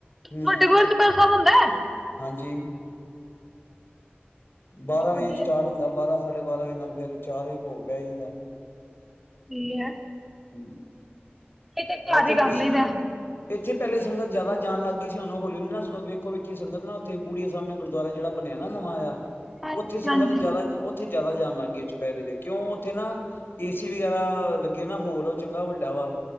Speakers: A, on the left (about 65°); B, in the centre.
A: ਹਮ
B: ਵੱਡੇ ਗੁਰਦੁਆਰਾ ਸਾਹਿਬ ਚੌਪਹਿਰਾ ਸਾਹਿਬ ਹੁੰਦਾ ਹੈ।
A: ਹਾਂਜੀ। ਬਾਰਾਂ
B: ਵਧੀਆ
A: ਵਜੇ ਸਟਾਰਟ ਹੁੰਦਾ ਬਾਰਾਂ ਸਾਢੇ ਬਾਰਾਂ ਵਜੇ ਨਾਲ, ਫੇਰ ਚਾਰ ਵਜੇ ਭੋਗ ਪੈ ਜਾਂਦੈ।
B: ਸਹੀ ਹੈ
A: ਹੁ
B: ਇਹ ਤੇ ਘਰ
A: ਆਈ ਥਿੰਕ
B: ਹੀ ਕਰ
A: ਇਜ਼,
B: ਲਈਦਾ
A: ਇੱਥੇ ਪਹਿਲੇ ਸੰਗਤ ਜ਼ਿਆਦਾ ਜਾਣ ਲੱਗ ਗਏ ਸੀ ਹੁਣ ਉਹ ਹੌਲੀ ਹਲੀ ਨਾ, ਵੇਖੋ ਵੇਖੀ ਸੰਗਤ ਨਾ ਉਥੇ ਬੁੜੀ ਸਾਹਿਬ ਗੁਰਦੁਆਰਾ, ਜਿਹੜਾ ਬਣਿਆ ਨਾ ਨਵਾਇਆ।
B: ਹਾਂਜੀ
A: ਉੱਥੇ ਸੰਗਤ
B: ਹਾਂਜੀ
A: ਜ਼ਿਆਦਾ, ਉੱਥੇ ਜ਼ਿਆਦਾ ਜਾਣ ਲੱਗ ਗਏ ਚੁਪਹਿਰੇ ਦੇ ਕਿਉਂ, ਉੱਥੇ ਨਾ ਏਸੀ ਵਗੈਰਾ ਲੱਗੇ ਨਾ ਹੋਲ ਉਹ ਚੰਗਾ ਵੱਡਾ ਵਾ।